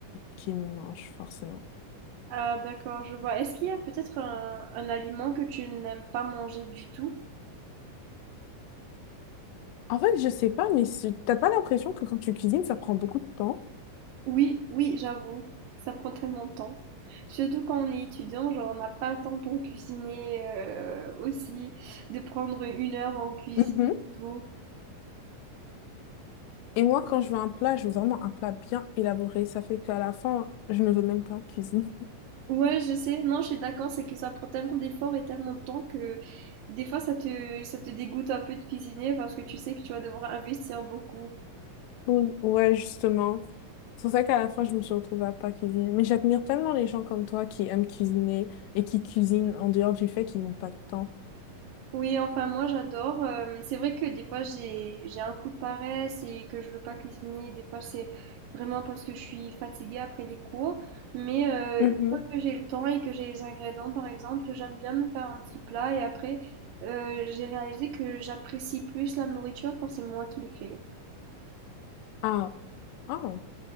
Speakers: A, on the left (about 80°); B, on the right (about 80°).
A: qui me mange forcément.
B: Ah d'accord, je vois. Est-ce qu'il y a peut-être un, un aliment que tu n'aimes pas manger du tout?
A: En fait, je sais pas, mais si- t'as pas l'impression que quand tu cuisines, ça prend beaucoup de temps?
B: Oui, oui, j'avoue, ça prend tellement de temps. Surtout quand on est étudiant, genre on n'a pas le temps pour cuisiner euh, aussi, de prendre une heure en cuisine
A: Mhm.
B: et tout.
A: Et moi, quand je veux un plat, je veux vraiment un plat bien élaboré. Ça fait qu'à la fin, je ne veux même pas cuisiner.
B: Ouais, je sais, non, je suis d'accord, c'est que ça prend tellement d'efforts et tellement de temps que des fois ça te, ça te dégoûte un peu de cuisiner parce que tu sais que tu vas devoir investir beaucoup.
A: Bon, Ouais, justement. C'est pour ça qu'à la fin, je me suis retrouvée à pas cuisiner. Mais j'admire tellement les gens comme toi qui aiment cuisiner et qui cuisinent en dehors du fait qu'ils n'ont pas de temps.
B: Oui, enfin moi j'adore. Euh, c'est vrai que des fois j'ai j'ai un coup de paresse et que je veux pas cuisiner. Des fois c'est vraiment parce que je suis fatiguée après les cours. Mais euh,
A: Mhm.
B: une fois que j'ai le temps et que j'ai les ingrédients par exemple, j'aime bien me faire un petit plat et après euh, j'ai réalisé que j'apprécie plus la nourriture quand c'est moi qui le fais.
A: Ah, ah,